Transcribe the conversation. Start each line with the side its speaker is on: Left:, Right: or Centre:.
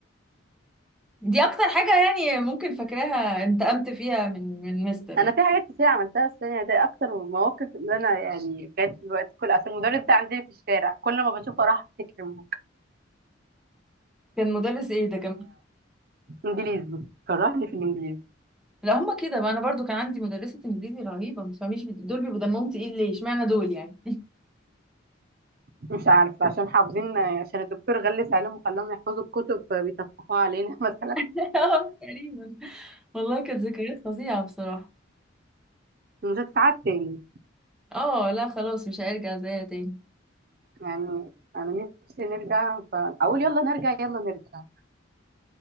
Centre: دي اكتر حاجة يعني ممكن فاكراها انتقمت فيها من من مستر
Right: انا
Centre: يعني
Right: في حاجات كتير عملتها السنه دي اكتر من المواقف اللي انا يعني كانت في الوقت كله عشان المدرس ده عندنا في الشارع كل ما بشوفه راح افتكر الموقف
Centre: كان مدرس ايه ده كان
Right: فانجليزي كرهني في الانجليزي
Centre: لا هما كده بقى انا برضو كان عندي مدرسة انجليزي رهيبة ما تفهميش بت- دول بيبقوا دمهم تقيل ليه اشمعنى دول يعني
Right: مش عارفة عشان حافظين عشان الدكتور غلس عليهم وخلاهم يحفظوا الكتب فبيطفحوها علينا <laughs> مثلا
Centre: <laughs> اه تقريبا والله كانت ذكريات فظيعة بصراحة
Right: مش هتتعاد تاني
Centre: اه لا خلاص مش هيرجع زيها تاني
Right: يعني أنا نفسي نرجع فأقول يلا نرجع يلا نرجع